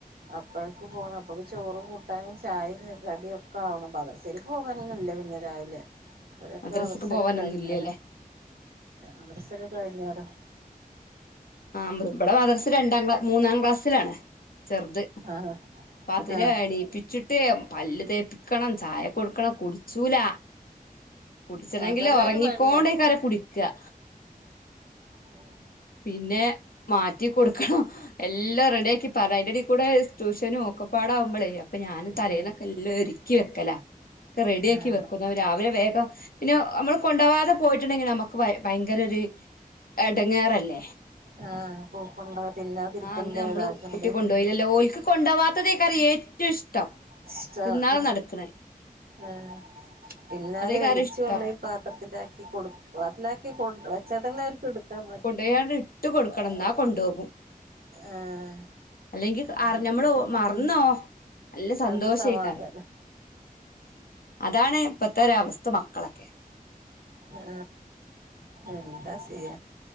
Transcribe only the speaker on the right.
അപ്പോഴക്ക പോണം അപ്പൊക്ക് ചോറ് കൂട്ടാനും ചായയും കടിയൊക്കെ ആവണം മാത്രെസയിലക്ക് പോകാനൊന്നും ഇല്ല പിന്നെ രാവിലെ അവരൊക്കെ
മാദർസക്കെ
കഴിഞൊര
മാദർസാ കഴിഞ്ഞോരാ
ആഹ്
ആഹ്
അതെല്ലാം
ഒരു പണിയാണ്
ഉം
ആഹ്
ആഹ്
ഉ ആ പൂക്കണ്ട് ത്തില്ലാതിരിക്കണ്ടെ
വാക്കണ്ട്
ഇഷ്ട
ആ പിന്നാലെ
വെലിച്ച
കൊണ്ടോയി പാത്രത്തിലാക്കി കൊടുകാ പാത്രത്തിലാക്കി കൊണ്ട് വെച്ച അവിടൊള്ളോർ കൊടുക്കും അങ്ങോട്ട്‌
ആഹ്
അങ്ങനെയൊക്കെ
തന്നെ
അവർക്ക് സമാധാനം
ആ എന്താ ചെയ